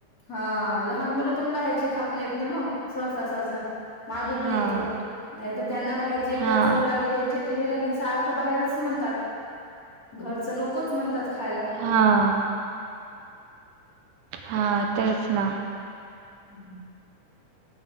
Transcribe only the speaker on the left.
हा लहान मुलं पण बाहेरचे खात नाही मग सहसा, सहसा. मागत
नाहीत नाही तर त्यांना बाहेरची एकदा
चव लागली त्यांच्या जिभेली की सारख. क बाहेरचं म्हणतात घरचं नकोच म्हणतात खायला.
हम्म.